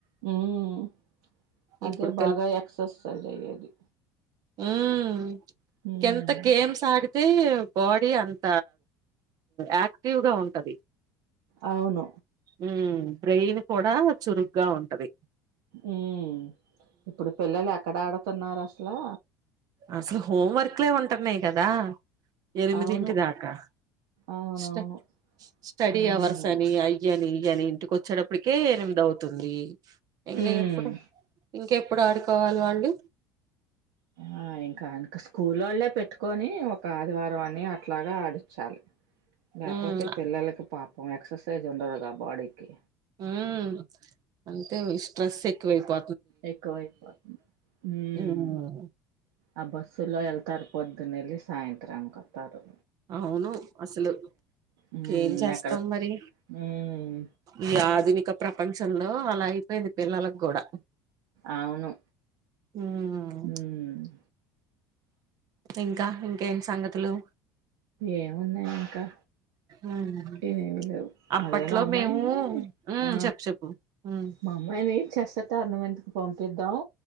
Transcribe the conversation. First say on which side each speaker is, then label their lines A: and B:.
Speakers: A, on the right (about 80°); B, on the right (about 50°).
A: హ్మ్మ్ అదే
B: ఇప్పుడు
A: బాగా ఎక్సర్సైజ్ అయ్యేది
B: ఉమ్మ్మ్
A: మ్మ్
B: ఎంత గేమ్స్ ఆడీ డీతే బాడీ అంత యాక్టివ్ గా ఉంటది
A: అవును
B: ఉ బ్రెయిన్ కూడా చురుగ్గా ఉంటది
A: ఉమ్మ్ ఇప్పుడు పిల్లలు ఎక్కడ ఆడతన్నారు అసలా
B: అసలు హోవర్క్ లో ఉంటానై కదా ఎనిమిది
A: అవును
B: ఇంటి దాకా
A: అవునవును
B: స్ స్టడీ
A: ఉమ్
B: అవర్స్ అని అయ్యని కాని ఇంటికి వచ్చేటప్పటికే ఎనిమిది అవుతుంది ఇంగ
A: ఉమ్
B: ఎప్పుడు ఇంక ఎప్పు ఎపుడు ఆడుకోవాలి వాళ్లు
A: ఆ ఇంకా ఇంక స్కూల్ లోళ్లేే పెట్టుకొని ఒక ఆదివారం అన్ని అట్లాగా ఆడిచాలి లేపోతే
B: మ్మ్
A: పిల్లలకు పా అ ఎక్ససైజ్ ఉండదుగా బాడీకి
B: ఊమ్ అంతే స్ట్రెస్ ఎక్కువైపో
A: ఎక్కువైపోతుంది హ్మ్
B: మ్మ్
A: ఆ బస్సులో వెళ్తారు పో ద్దున ఎల్లీ సాయంత్రాని కొత్తరు
B: అవును అసలు
A: ఉమ్
B: ఏం చేస్తాం
A: ఎక్కడ
B: మరి
A: ఉమ్
B: ఈ ఆధునిక ప్రపంచంలో అలా అయిపోయింది పిల్లలకు కూడా
A: అవును
B: మ్మ్
A: ఉమ్మ్
B: ఇంకా ఇంకేంట్ సంగతులు
A: ఏమున్నాయి ఇంకా
B: మ్మ్
A: ఏమి లేవు
B: అప్పట్లో
A: అదే మా అమ్మాయిని
B: మేము మ్మ్
A: ఆ
B: చెప్పు చెప్పు మ్మ్
A: మా అమ్మాయిని చెస్ టోర్నమెంట్ కి పంపిద్దాం